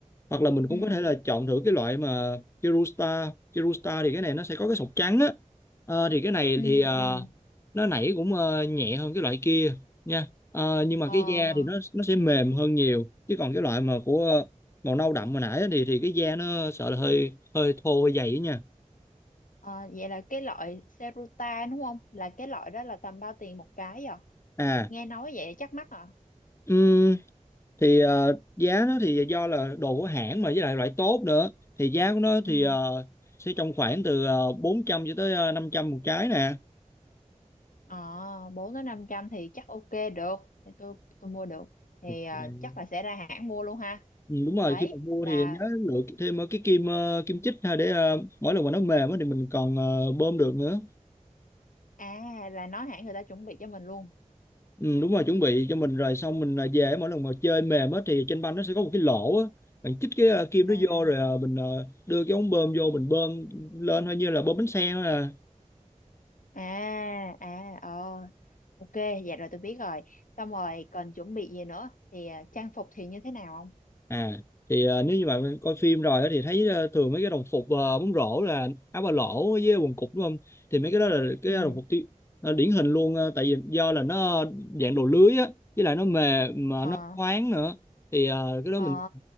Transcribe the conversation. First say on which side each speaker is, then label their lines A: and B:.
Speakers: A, on the left; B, on the left.
A: hoặc là mình cũng
B: ừ
A: có thể là chọn thử cái loại mà Kirusta Kirusta thì cái này nó sẽ có cái sọc trắng á Ờ, thì cái này
B: ừ
A: thì ờ,
B: ừ
A: nó nảy cũng ờ, nhẹ hơn cái loại kia nha Ờ, nhưng mà
B: ờ
A: cái da thì nó nó sẽ mềm hơn nhiều chứ còn cái loại mà của ờ, màu nâu đậm
B: ờ,
A: hồi nãy á thì thì cái da nó sợ là hơi hơi thô hơi dày ấy nha
B: ờ, vậy là cái loại Serutan đúng không là cái loại đó là tầm bao tiền một cái à
A: à
B: nghe nói vậy chắc mắc à
A: ừm, thì ờ, giá nó thì do là đồ của hãng mà với lại loại tốt nữa thì giá của nó
B: ừ
A: thì ờ, sẽ trong khoảng từ uh, 400 cho tới ờ, 500 một trái nè
B: ờ bốn đến năm trăm thì chắc ok được thì tôi tôi mua được thì
A: Ừ.
B: ờ, chắc là sẽ ra hãng mua luôn ha
A: Ừ, đúng rồi
B: đấy
A: khi mà mua
B: là
A: thì nhớ lựa thêm ờ, cái kim ờ, kim chích ha để ờ, mỗi lần mà nó mềm á thì mình còn ờ, bơm được nữa
B: à là nói hãng người ta chuẩn bị cho mình luôn
A: ừ, đúng rồi chuẩn bị cho mình rồi xong mình ờ, về mỗi lần mà chơi mềm á thì trên banh nó sẽ có một cái lỗ á bạn chích cái ờ, kim
B: à
A: đó vô rồi ờ, mình ờ, đưa cái ống bơm vô mình bơm lên hơi như là bơm bánh xe thôi à.
B: à à ờ ok dạ rồi tôi biết rồi xong rồi còn chuẩn bị gì nữa thì à, trang phục thì như thế nào không
A: À thì ờ, nếu như bạn coi phim rồi á thì thấy ờ, thường mấy cái đồng phục ờ, bóng rổ là áo ba lỗ với quần cụt đúng không? Thì mấy cái đó là cái
B: ừ
A: đồng phục ti- ờ, điển hình luôn ờ, tại vì do là nó dạng đồ lưới á với lại nó mềm mà
B: ờ.
A: nó thoáng nữa thì ờ, cái đó
B: ờ
A: mình